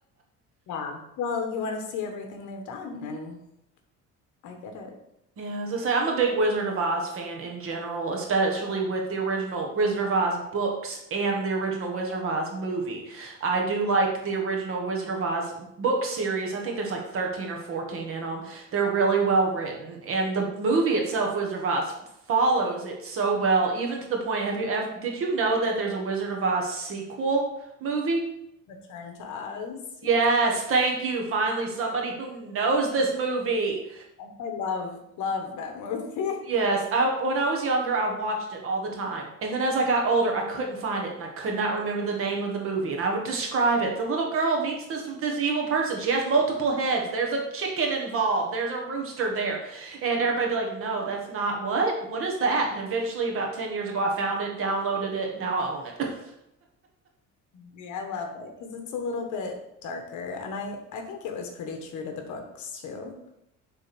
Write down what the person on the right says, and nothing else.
Yeah, as I say, I'm a big Wizard of Oz fan in general, especially with the original Wizard of Oz books and the original Wizard of Oz movie. I do like the original Wizard of Oz book series. I think there's like 13 or 14 in them. They're really well written, and the movie itself, Wizard of Oz, follows it so well, even to the point, have you ever, did you know that there's a Wizard of Oz sequel movie?
Yes, thank you. Finally, somebody who knows this movie.
Yes, I when I was younger, I watched it all the time. And then as I got older, I couldn't find it and I could not remember the name of the movie. And I would describe it. The little girl meets this this evil person. She has multiple heads. There's a chicken involved. There's a rooster there. And everybody be like, "No, that's not what? What is that?" And eventually about 10 years ago, I found it, downloaded it, and now I own it. <laughs>